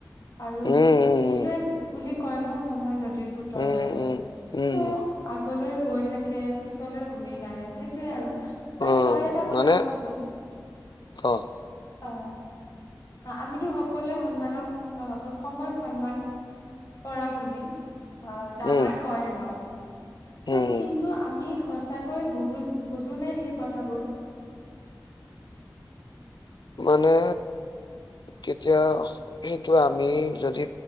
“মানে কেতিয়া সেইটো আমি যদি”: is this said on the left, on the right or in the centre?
Left